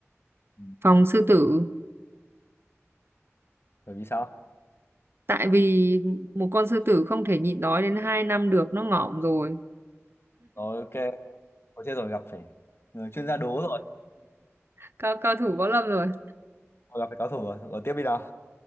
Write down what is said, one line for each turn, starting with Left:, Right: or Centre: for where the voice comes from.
Left: Ừ.
Right: phòng sư tử
Left: bởi vì sao
Right: tại vì một con sư tử không thể nhịn đói đến hai năm được nó ngỏm rồi
Left: rồi ok có chết rồi gặp phải người chuyên gia đố rồi
Right: cao cao thủ võ lâm rồi
Left: Rồi gặp phải cao thủ rồi rồi tiếp đi nào